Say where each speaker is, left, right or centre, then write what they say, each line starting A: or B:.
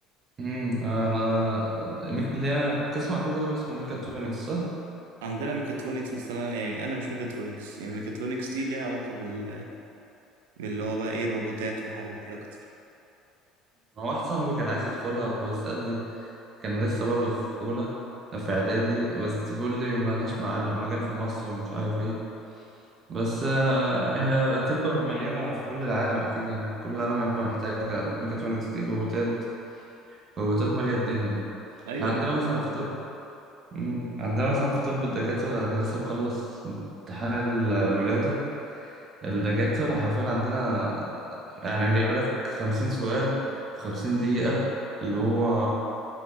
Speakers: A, on the right (about 40°); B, on the right (about 75°).
A: امم أنا ميك- اللي هي القسم عندكم ده اسمه ميكاترونكس صح؟
B: عندنا ميكاترونكس بس انا يعني انا مش ميكاترونكس يعني ميكاترونكس دي ليها علاقه بال باللي هو بقى ايه الروبوتات والحاجات دي اكتر
A: ما واحد صاحبي كان عايز يدخلها بس قال لي كان لسه برضه في أولى في إعدادي بس بيقول لي مالهاش مع- مجال في مصر ومش عارف إيه بس آه، هي هتبقى مليانة في كل العالم أكيد يعني كل العالم هيبقى محتاجة الميكاترونكس دي روبوتات روبوتات مالية الدنيا
B: ايوه
A: إحنا عندنا
B: ده كده
A: مثلا
B: كده
A: في
B: طبعا
A: طب مم، عندنا مثلا في طب الدكاترة اللي لسه مخلص امتحان ال- الولادة الدكاترة حرفيا عندنا يعني جايبة لك خمسين سؤال في خمسين دقيقة اللي هو